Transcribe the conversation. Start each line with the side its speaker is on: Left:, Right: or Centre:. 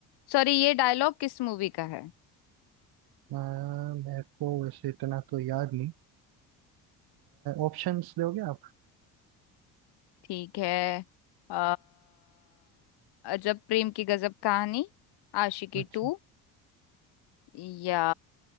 Left: सॉरी ये डायलॉग किस मूवी का है
Right: अ, मेरे को वैसे इतना तो याद नहीं ऑप्शंस दोगे आप
Left: ठीक है अ अजब प्रेम की गजब कहानी आशिकी
Right: अच्छा
Left: टू या